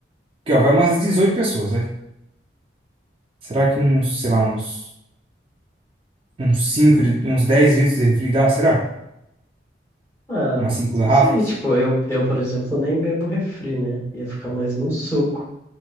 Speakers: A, on the right; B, on the left.
A: Que ó, vai umas 18 pessoas, né? Será que uns, sei lá, uns. Uns 5 de, uns 10 litros de refri dá? Será?
B: Ah,
A: Umas 5 garrafas?
B: não sei. Tipo, eu, eu, por exemplo, nem bebo refri, né? Ia ficar mais no suco.